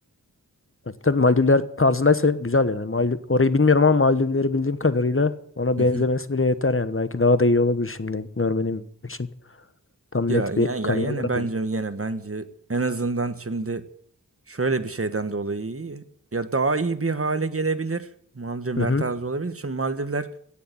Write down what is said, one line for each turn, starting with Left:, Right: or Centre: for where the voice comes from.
Left: Tabii Maldivler tarzındaysa güzel yani. Maldiv, orayı bilmiyorum ama Maldivleri bildiğim kadarıyla ona
Right: <laughs>
Left: benzemesi bile yeter yani. Belki daha da iyi olabilir şimdi görmenim için. Tam
Right: Ya,
Left: net
Right: ya,
Left: bir
Right: ya
Left: kanıya
Right: yine
Left: varamayayım.
Right: bence yine bence en azından şimdi şöyle bir şeyden dolayı iyi. Ya daha iyi bir hale gelebilir. Maldivler
Left: Hı hı.
Right: tarzı olabilir. Şimdi Maldivler